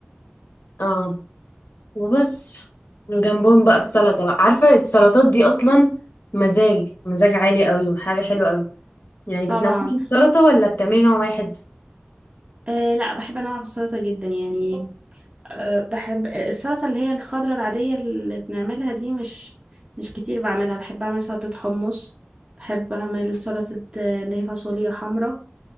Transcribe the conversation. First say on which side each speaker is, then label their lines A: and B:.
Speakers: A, on the left (about 65°); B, on the right (about 25°).
A: اه وبس وجنبهم بقى السلطة بقى عارفة السلطات دي أصلا مزاج مزاج عالي قوي وحاجة حلوة قوي يعني بتنوعي
B: طبعا
A: السلطة ولا بتعملي نوع واحد
B: آه لا بحب انواع السلطة جدا يعني آه بحب آه، السلطة اللي هي الخضرة العادية اللي بنعملها دي مش مش كتير بعملها بحب اعمل سلطة حمص بحب اعمل سلطة آه، اللي هي فاصوليا حمراء